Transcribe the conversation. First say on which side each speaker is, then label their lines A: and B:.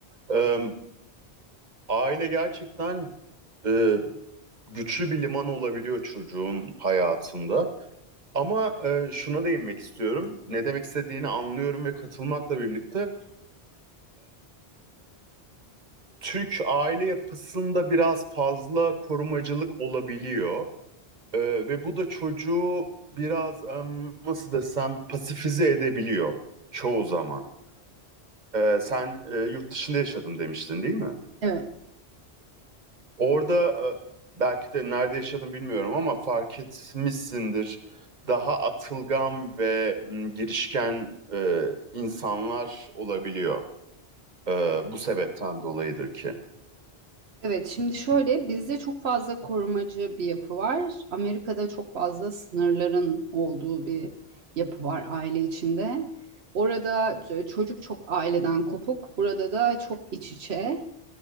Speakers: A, on the right (about 45°); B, on the right (about 80°).
A: e, aile gerçekten e, güçlü bir liman olabiliyor çocuğun hayatında. Ama e, şuna değinmek istiyorum. Ne demek istediğini anlıyorum ve katılmakla birlikte Türk aile yapısında biraz fazla korumacılık olabiliyor. Ee, ve bu da çocuğu biraz em, nasıl desem pasifize edebiliyor çoğu zaman. Ee, sen e, yurt dışında yaşadım demiştin değil mi?
B: evet.
A: Orada e, belki de nerede yaşadım bilmiyorum ama fark etmişsindir. Daha atılgan ve m, girişken e, insanlar olabiliyor. Ee, bu sebepten dolayıdır ki.
B: Evet, şimdi şöyle bizde çok fazla korumacı bir yapı var. Amerika'da çok fazla sınırların olduğu bir yapı var aile içinde. Orada ç- çocuk çok aileden kopuk, burada da çok iç içe.